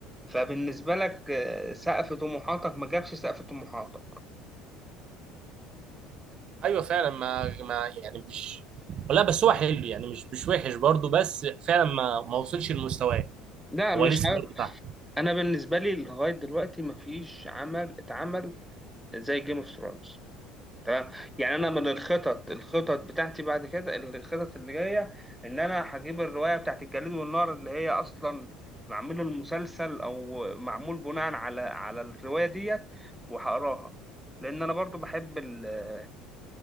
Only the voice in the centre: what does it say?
فبالنسبه لك آه، سقف طموحاتك ما جابش سقف طموحاتك
لا
مش
ه...
انا بالنسبه لي لغايه دلوقتي مفيش عمل اتعمل زي جيم اوف ثرونز تمام يعني انا من الخطط الخطط بتاعتي بعد كده الخطط اللي جايه ان انا هجيب الروايه بتاعت الجليد والنار اللي هي اصلا معمول المسلسل او معمول بناء على على الروايه ديت وهقراها لان انا برضو بحب ال...